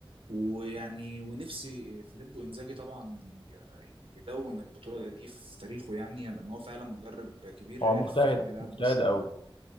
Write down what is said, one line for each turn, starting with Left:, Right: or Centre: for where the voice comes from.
Right: ويعني ونفسي فيليب وانزاجي طبعا يدون البطولة دي في تاريخه يعني لأن هو فعلا مدرب كبير
Left: هو مجتهد
Right: عرف فعلا يلعب
Left: مجتهد
Right: برشلونة
Left: قوي